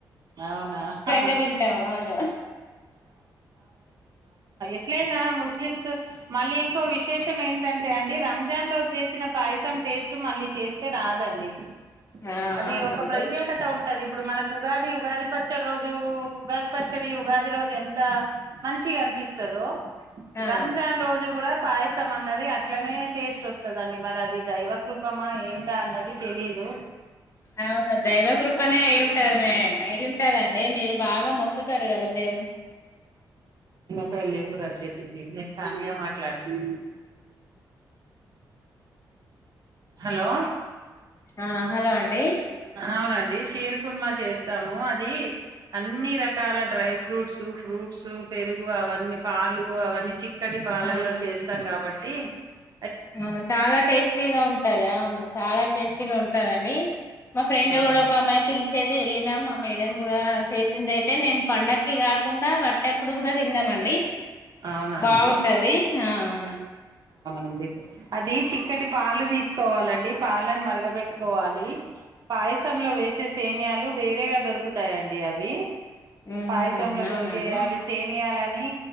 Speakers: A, on the right (about 50°); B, on the left (about 35°).
A: అవునా
B: ఇష్టంగా తింటాము అవును
A: ఎట్లనా ముస్లిమ్స్ మళ్ళీ ఇంకో విశేషం ఏంటంటే అండి రంజాన్ రోజు చేసిన పాయసం టేస్ట్ మళ్ళీ చేస్తే రాదండి
B: ఆ
A: అది
B: అవునండి
A: ఒక ప్రత్యేకత ఉంటుం ఉంటది ఇప్పుడు మనకు ఉగాది ఉగాది పచ్చడి రోజు ఉగాది పచ్చడి ఉగాది రోజు ఎంత మంచిగా అనిపిస్తుదో
B: అవును
A: రంజాన్ రోజు కూడా పాయసం అన్నది అట్లనే టేస్ట్ వస్తుందండి మరి అది దైవకృూపమా ఏంట అన్నది తెలీదు
B: అవును దైవ కృపనే అయి ఉంటది మే అయి ఉంటదండి మీరు బాగా మొక్కుతారు కదా దేవు
A: పేళ్లు గురా చెట్టుకి నేను కార్య మాట్లాడుతున హలో
B: ఆ హలో అండి
A: అవునండి షీర్ కుర్మా చేస్తాము అది అన్ని రకాల డ్రై ఫ్రూట్స్ ఫ్రూట్స్ పెరుగు అవన్నీ పాలు అవన్నీ చిక్కటి పాలల్లో
B: ఆ
A: చేస్తాం కాబట్టి ఇ
B: అవును చాలా టేస్టీగా ఉంటది అవును చాలా టేస్టీగా ఉంటదండి మా ఫ్రెండ్
A: అవును
B: కూడా ఒక అమ్మాయి పిలిచేది వెళ్ళినం మా మేడ కూడా చేసింది అయితే మేము పండకి కాకుండా వచ్చేట్టేప్పుడు కూడా తిన్నాం అండి
A: అవునా
B: బాగుంటది
A: అండి
B: ఆ అవును
A: అండీ అది చిక్కటి పాలు తీ తీసుకోవాలండి పాలని మరగబెట్టుకోవాలి పాయసంలో వేసే సేమ్యాలు వేరేగా దొరుకుతాయిండి అవి
B: ఉహు
A: పాయసంలో
B: అవునండి
A: దొరికే అవి సేమియాల కానీ